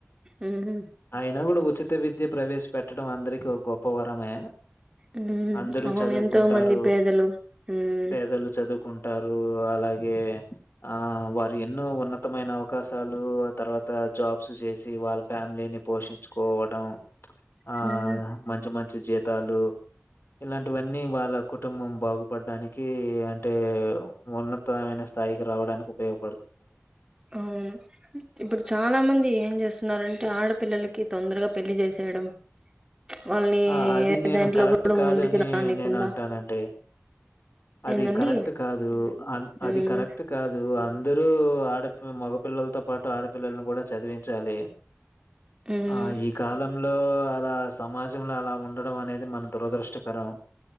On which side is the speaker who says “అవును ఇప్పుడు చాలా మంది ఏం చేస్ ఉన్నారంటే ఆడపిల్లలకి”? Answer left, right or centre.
Right